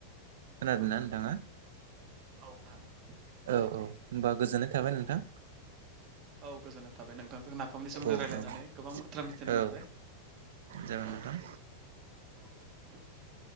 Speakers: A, on the right (about 60°); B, on the right (about 35°).
A: खोनादों
B: औ
A: ना नोंथाङा?
B: औ खोनादों
A: औ औ होनबा गोजोननाय था थाबाय नोंथां।
B: औ गोजोननाय थाबाय नोंथांजों नाफामनि सोमोन्दै
A: औ
B: रायजलायनानै
A: औ
B: गोबां बाथ्रा मिथिनो
A: औ
B: मोनबाय।
A: जागोन
B: औ
A: नोंथां।
B: <inaudible>